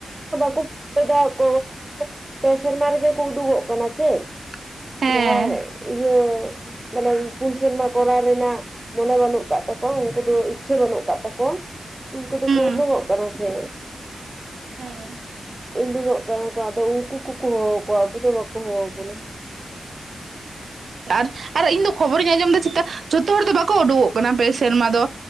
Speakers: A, on the right; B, on the right.
A: ᱵᱟᱠᱚ <unintelligible> ᱯᱮ ᱥᱮᱨᱢᱟ ᱨᱮᱜᱮ ᱠᱚ ᱩᱰᱩᱠᱚᱜ ᱠᱟᱱᱟ ᱥᱮ
B: ᱦᱮᱸ
A: ᱡᱟᱦᱟᱸᱭ ᱤᱭᱟᱹ ᱢᱟᱱᱮ ᱯᱩᱱ ᱥᱮᱨᱢᱟ ᱠᱚᱨᱟᱣ ᱨᱮᱱᱟᱜ ᱢᱚᱱᱮ ᱵᱟᱹᱱᱩᱜ ᱟᱠᱟᱫ ᱛᱟᱠᱚᱣᱟ ᱩᱱᱠᱩ ᱫᱚ ᱤᱪᱷᱟᱹ ᱵᱟᱹᱱᱩᱜ ᱠᱟᱜ ᱛᱟᱠᱚᱣᱟ ᱩᱱᱠᱩ ᱫᱚᱠᱚ
B: ᱦᱩᱸ
A: ᱩᱸᱰᱳᱜᱚᱜ ᱠᱟᱱᱟ ᱥᱮ
B: ᱦᱮᱸ
A: ᱩᱸᱰᱩᱜᱚᱜ ᱠᱟᱱᱟ ᱠᱚ ᱟᱫᱚ ᱩᱱᱠᱩ ᱠᱚᱠᱚ ᱦᱚᱦᱚ ᱟᱠᱚᱣᱟ ᱟᱵᱚ ᱫᱚ ᱵᱟᱠᱚ ᱦᱚᱦᱚᱣᱟ ᱵᱚᱱᱟ
B: ᱟᱨ ᱟᱨ ᱤᱧᱫᱚ ᱠᱷᱚᱵᱚᱨᱤᱧ ᱟᱸᱡᱚᱢᱫᱟ ᱪᱤᱛᱟ ᱡᱚᱛᱚ ᱦᱚᱲ ᱫᱚ ᱵᱟᱠᱚ ᱩᱸᱰᱳᱠᱚᱜ ᱠᱟᱱᱟ ᱯᱮ ᱥᱮᱨᱢᱟ ᱫᱚ